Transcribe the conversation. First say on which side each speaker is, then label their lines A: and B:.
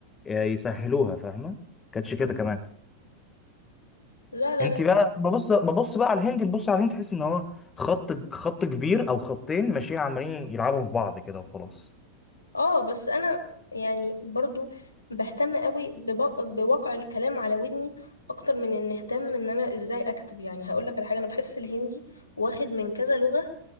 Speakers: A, on the left; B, on the left.
A: آه، يسهلوها فاهمه كانتش كده
B: فاهمة.
A: كمان
B: لا لا
A: انت
B: لا
A: بقى ببص ببص بقى على الهندي تبص على الهندي تحس ان هو خط خط كبير او خطين ماشيين عمالين يلعبوا في بعض كده وخلاص
B: اه بس انا يعني برضو بهتم قوي بب- بواقع الكلام على ودني اكتر من ان اهتم ان انا ازاي اكتب يعني هقول لك على حاجه انا بحس الهندي واخد من كذا لغه